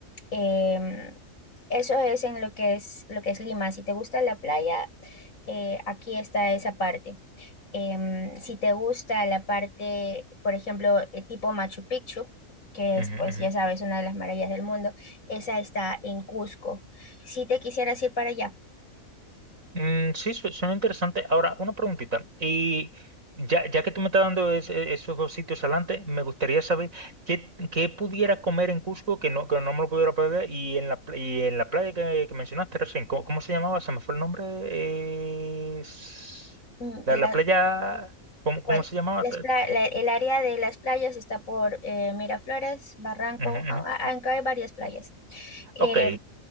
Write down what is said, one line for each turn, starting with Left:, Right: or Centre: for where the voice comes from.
Left: em, eso es en lo que es, lo que es Lima. Si te gusta la playa, eh, aquí está esa parte. Em, si te gusta la parte, por ejemplo, eh, tipo Machu Picchu, que
Right: Ujú,
Left: es, pues
Right: ujú.
Left: ya sabes, una de las maravillas del mundo, esa está en Cusco. Si te quisieras ir para allá,
Right: Mm, sí, su- suena interesante. Ahora, una preguntita. Y ya, ya que tú me estás dando es- e- esos dos sitios adelante, me gustaría saber qué, qué pudiera comer en Cusco que no, que no me lo pudiera perder. Y en la, pla- y en la playa que, que mencionaste recién, ¿cómo, cómo se llamaba? Se me fue el nombre. eh, es-
Left: mm,
Right: la,
Left: la-
Right: la playa, ¿cómo, cómo
Left: bueno,
Right: se llamaba?
Left: las
Right: Ujú,
Left: pla- la- el área de las playas está por eh, Miraflores, Barranco,
Right: ujú.
Left: a- a- aunque hay varias playas. Eh,
Right: Ok,